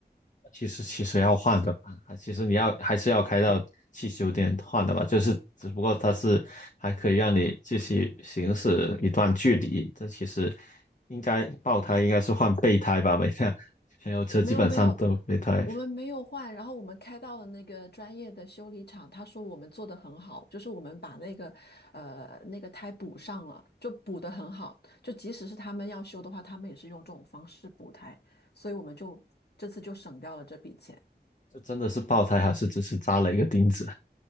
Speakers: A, on the left; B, on the left.
A: 其实其实要换的吧，其实你要还是要开到汽修店换的吧，就是只不过它是还可以让你继续行驶一段距离，这其实应该爆胎应该是换备胎吧，每辆燃油车基本上都有备胎，
B: 没有没有，我我们没有换，然后我们开到了那个专业的修理厂，他说我们做的很好，就是我们把那个呃那个胎补上了，就补的很好，就即使是他们要修的话，他们也是用这种方式补胎，所以我们就这次就省掉了这笔钱。
A: 这真的是爆胎还是只是扎了一个钉子？